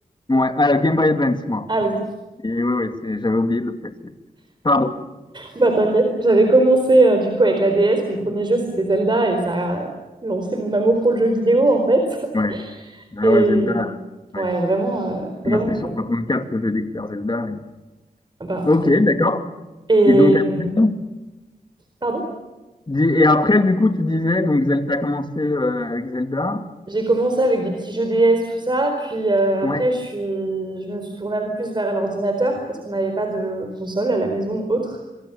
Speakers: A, on the left (about 30°); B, on the right (about 30°).
A: Ouais, euh, Game Boy Advance, moi.
B: Ah oui,
A: Et ouais, ouais, c'est- j'avais oublié de le préciser. Pardon.
B: bah t'inquiète. J'avais commencé euh, du coup avec la DS, mon premier jeu, c'était Zelda, et ça a lancé mon amour pour le jeu vidéo, en fait.
A: Ouais.
B: <laughs>
A: Ah
B: Et
A: ouais, Zelda. euh,
B: ouais,
A: ouais.
B: vraiment, euh, vraiment
A: Moi, c'était
B: cool.
A: sur 64 que j'ai découvert Zelda. et-
B: Ah Bah,
A: Ok,
B: trop bien.
A: d'accord.
B: Et...
A: Et donc après,
B: euh, Pardon?
A: dis- et après, du coup, tu disais, donc Zelda, t'as commencé euh, avec Zelda.
B: J'ai commencé avec des petits jeux DS, tout ça, puis euh,
A: Ouais.
B: après je suis... je me suis tournée un peu plus vers l'ordinateur parce qu'on n'avait pas de console à la maison autre.